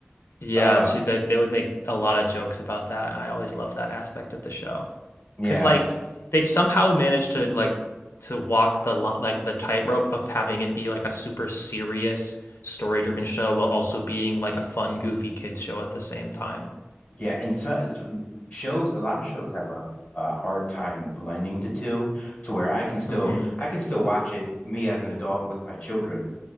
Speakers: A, on the left (about 80°); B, on the left (about 40°).
A: Yeah.
B: Uh
A: She, they, they would make a lot of jokes about that. And I always loved that aspect of the show.
B: yeah.
A: Cause like
B: it's-
A: they somehow managed to like, to walk the lo- like the tightrope of having it be like a super serious story driven show while also being like a fun goofy kids show at the same time.
B: Yeah, and so it's- shows a lot of shows have a a hard time blending the two to where I can still
A: hmm
B: I can still watch it me as an adult with my children